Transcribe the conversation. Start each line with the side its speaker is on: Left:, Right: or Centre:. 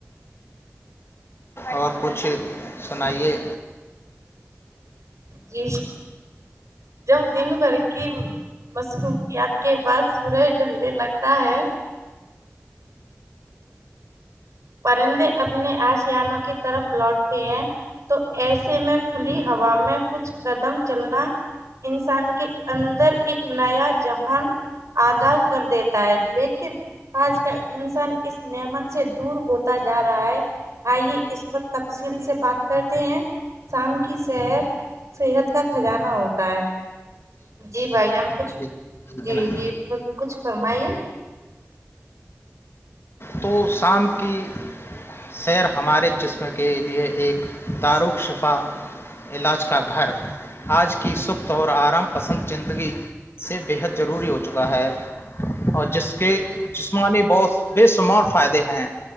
Left: اور کچھ سنائیے
Right: جی جب دن بھر کی مصروفیات کے بعد سورج ڈھلنے لگتا ہے پرندے اپنے آشیاانوں کی طرف لوٹتے ہیں تو ایسے میں کھلی ہوا میں کچھ قدم چلنا انسان کے اندر ایک نیا جہان آداؤ کر دیتا ہے لیکن آج کل انسان اس نعمت سے دور ہوتا جا رہا ہے آئیے اس پر تفصیل سے بات کرتے ہیں شام کی صحر صحت کا خزانہ ہوتا ہے جی بھائی جان کچھ
Left: جی
Right: جی
Left: جناب
Right: جی کچھ فرمائیے
Left: تو شام کی سیر ہمارے جسم کے لیے ایک تارق شفا علاج کا گھر آج کی سوخت اور آرام پسند زندگی اس سے بےحد ضروری ہو چکا ہے اور جس کے
Right: جی جی
Left: جسمانی بہت بے شمار فائدے ہیں